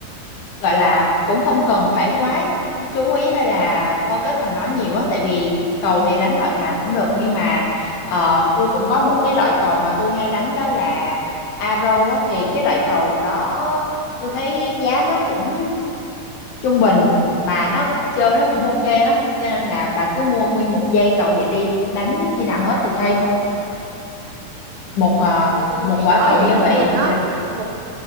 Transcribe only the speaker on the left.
gọi là cũng không cần phải quá chú ý hay là focus vào nó nhiều á tại vì cầu thì đánh loại nào cũng được nhưng mà ờ, tôi cũng có một cái loại cầu mà tôi hay đánh đó là arrow á thì cái loại cầu đó tôi thấy giá nó cũng trung bình mà nó chơi nó cũng ok lắm cho nên là bà cứ mua nguyên một dây cầu vậy đi đánh khi nào hết thì thay thôi một ờ,
một quả
cầu
như
vậy